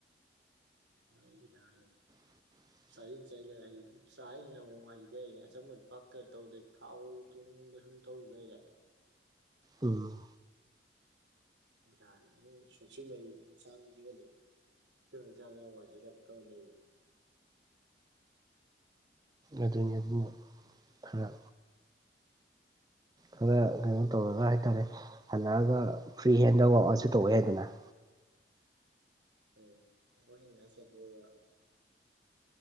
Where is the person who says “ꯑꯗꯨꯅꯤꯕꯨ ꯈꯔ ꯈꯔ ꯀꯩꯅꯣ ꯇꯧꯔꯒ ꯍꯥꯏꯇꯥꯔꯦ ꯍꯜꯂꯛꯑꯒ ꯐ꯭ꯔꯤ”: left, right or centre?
Right